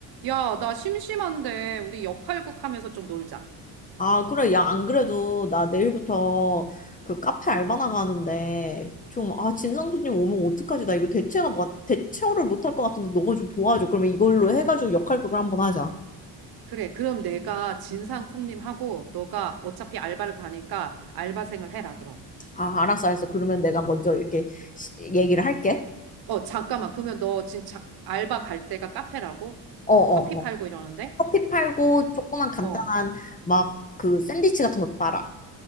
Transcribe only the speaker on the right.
야, 나 심심한데 우리 역할극 하면서 좀 놀자.
응.
그래, 그럼 내가 진상쿵님하고 너가 어차피 알바를 가니까 알바생을 해라, 그럼.
어, 잠깐만. 그러면 너 진짜 알바 갈 데가 카페라고?
커피 팔고
이러는데?
어.